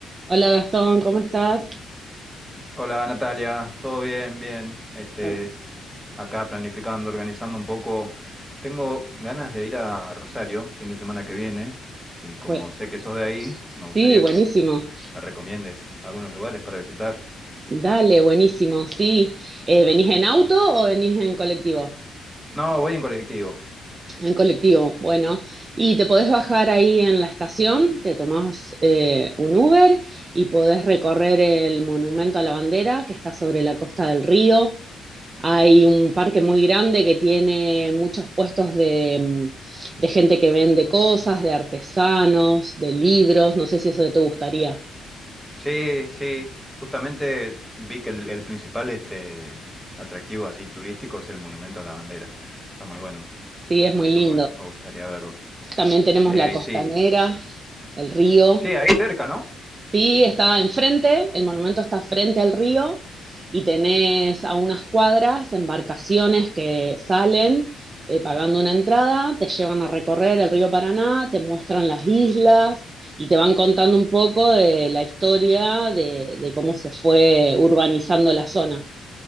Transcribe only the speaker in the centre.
Hola Natalia, todo bien, bien. Este,
acá planificando, organizando un poco. Tengo ganas de ir a Rosario fin de semana que viene y como
sé que sos de ahí, me
gustaría
que me recomiendes algunos lugares para visitar.
No, voy en colectivo.
Sí, sí. Justamente vi que el, el principal este, atractivo así turístico es el Monumento a la Bandera. Está muy bueno.
Eso
me, me gustaría verlo.
Eh,
sí,
sí, ahí cerca, ¿no?